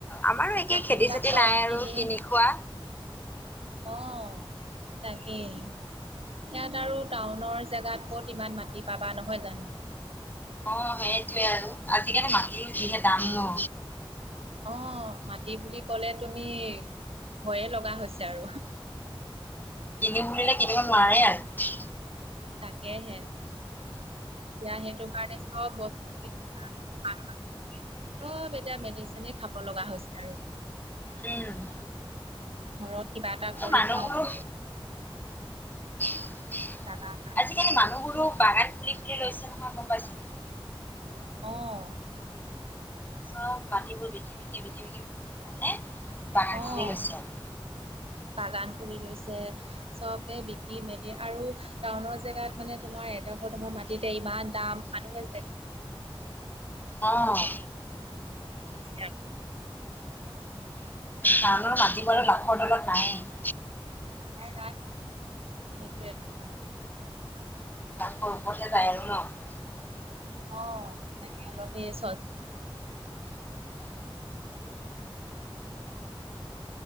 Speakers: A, on the left (about 20°); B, on the right (about 85°).
A: আমাৰো একেই
B: বাকী
A: খেতি
B: বিলাক
A: চেতি
B: চব
A: নাই আৰু
B: এনেই
A: কিনি খোৱা।
B: অ 'তাকেই। ইয়াত আৰু টাউনৰ জেগাত ক'ত ইমান মাটি পাবা নহয় জানো।
A: অ' সেইটোয়ে আৰু আজিকালি মাটিৰ যিহে
B: উম,
A: দাম ন
B: অ মাটি বুলি ক'লে তুমি ভয়ে লগা হৈছে আৰু
A: কিনিম বুলিলে কিনিব নোৱাৰে আৰু।
B: তাকেহে। এতিয়া সেইটো কাৰণে চব বস্তু চব এতিয়া মেডিচিনে খাব লগা হৈছে আৰু।
A: উম।
B: ঘৰত কিবা এটা কৰি
A: অ' মানুহবোৰো
B: খাওঁ
A: <inaudible>
B: <unintelligible>
A: আজিকালি মানুহবোৰো বাগান খুলি খুলি লৈছে নহয় গম পাইছা নাই।
B: অ'।
A: চব মাটিবোৰ বিকি বিকি বিকি বিকি <unintelligible> মানে বাগান
B: অ'
A: খুলি লৈছে আৰু।
B: বাগান খুলি লৈছে চবে বিকি মেলি আৰু টাউনৰ জেগাত মানে তোমাৰ এ <unintelligible> তোমাৰ মাটিতে ইমান দাম, মানুহে
A: অ',
B: <unintelligible> <unintelligible>
A: টাউনৰ মাটিবোৰো লাখৰ তলত নায়েই।
B: এই নাই। সেইটোৱে।
A: লাখৰ ওপৰতহে যায় আৰু ন'?
B: অ' তাকে অলপ এই চ